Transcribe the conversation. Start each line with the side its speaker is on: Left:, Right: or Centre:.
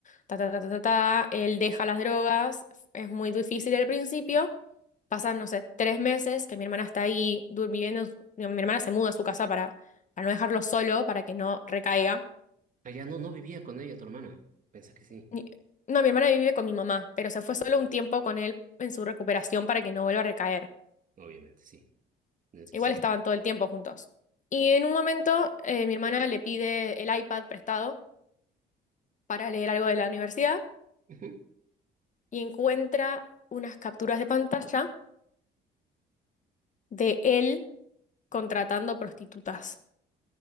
Left: ta, ta, ta, ta, ta, ta, él deja las drogas, es muy difícil al principio, pasan, no sé, tres meses que mi hermana está ahí durmiendo, mi hermana se muda a su casa para, para no dejarlo solo, para que no recaiga.
Right: allá no, no vivía con ella, tu hermana. Pensé que sí.
Left: Ni- No, mi hermana vive con mi mamá, pero se fue solo
Right: Sí.
Left: un tiempo con él en su recuperación para que no vuelva a recaer.
Right: Obviamente, sí, necesita.
Left: Igual estaban todo el tiempo juntos. Y en un momento eh, mi hermana le pide el iPad prestado para leer algo de la universidad
Right: Ujú.
Left: y encuentra unas capturas de pantalla de él contratando prostitutas.